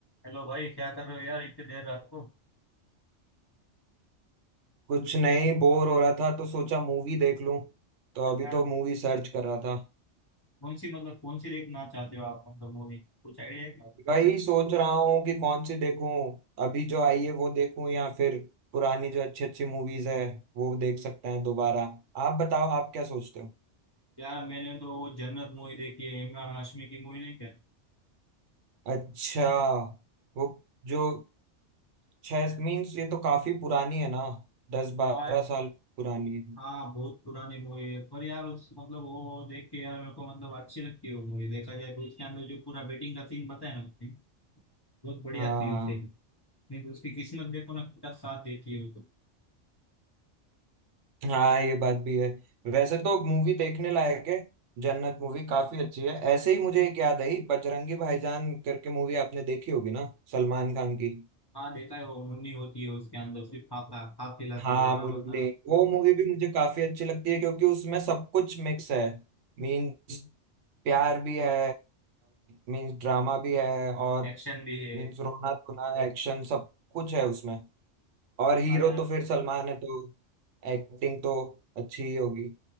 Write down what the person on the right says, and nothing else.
कुछ नहीं बोर हो रहा था तो सोचा मूवी देख लूं तो अभी
तो मूवी सर्च कर रहा था
वही सोच रहा हूँ कि कौन सी देखूं अभी जो आई है वो देखूं या फिर पुरानी जो अच्छी अच्छी मूवीज है वो देख सकते हैं दोबारा आप बताओ आप क्या सोचते हो
अच्छा वो जो छह मीन्स ये तो काफी पुरानी है ना दस बारह
साल पुरानी है
हाँ
हाँ ये बात भी है वैसे तो मूवी देखने लायक है जन्नत मूवी काफी अच्छी है ऐसे ही मुझे एक याद आई बजरंगी भाईजान करके मूवी आपने देखी होगी ना सलमान खान की
हाँ
मुन्ने
वो मूवी भी मुझे काफी अच्छी लगती है क्योंकि उसमें सब कुछ मिक्स है मीन्स प्यार भी है मीन्स ड्रामा भी है और
मीन्स रोना धोना एक्शन सब कुछ है उसमें और
हीरो
तो फिर सलमान है तो एक्टिंग तो अच्छी ही होगी